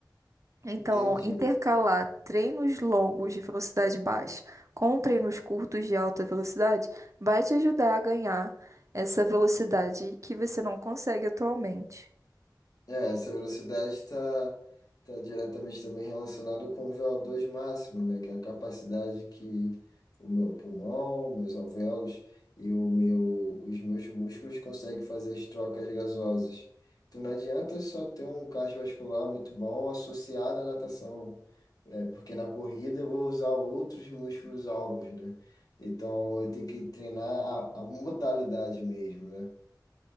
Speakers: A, on the right; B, on the left.
A: Então,
B: Entendi.
A: intercalar treinos longos de velocidade baixa com treinos curtos de alta velocidade vai te ajudar a ganhar essa velocidade que você não consegue atualmente.
B: É, essa velocidade está tá tá diretamente também relacionada com o VO2 máximo, né? Que é a capacidade que o meu pulmão, meus alvéolos e o meu, os meus músculos conseguem fazer as trocas gasosas. Então não adianta só ter um cardiovascular muito bom associado à natação, é, porque na corrida eu vou usar outros músculos alvos, né? Então eu tenho que treinar a, a modalidade mesmo, né?